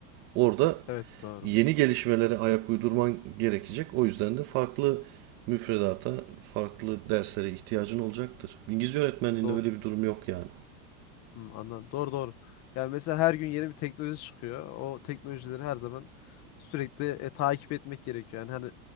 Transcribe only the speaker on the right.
Orada
yeni gelişmelere ayak uydurman gerekecek. O yüzden de farklı müfredata, farklı derslere ihtiyacın olacaktır. İngilizce öğretmenliğinde
öyle bir durum yok yani.